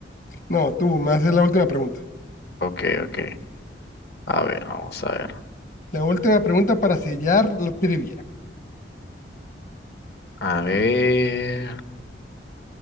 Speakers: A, on the left; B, on the left.
A: No, tú me haces la última pregunta.
B: Ok, ok. A ver, vamos a ver.
A: La última pregunta para sellar la trivia.
B: A ver.